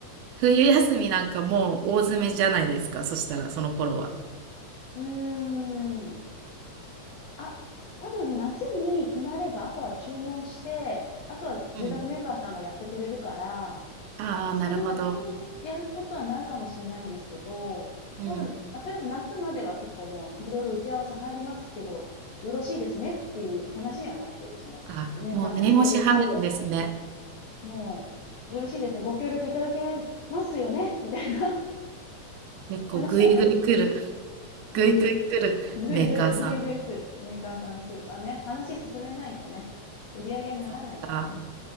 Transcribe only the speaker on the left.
うーん。あ、多分夏に決まれば、あとは注文して、あとは住宅メーカーさんがやってくれるから、
そんなに
やることはないかもしれないんですけど、
ただ、まあ、とりあえず夏までは結構もういろいろ打ち合わせ入りますけど、よろしいですねっていう話にはなっている。その、
メーカーさんの営業さんと
もう、よろしいですね。ご協力いただけますよね <laughs> みたいな
話にはなって。
うん。ぐいぐい、ぐいぐい来る。メーカーさん来る。まあね、話進めないとね、売り上げにならないからね。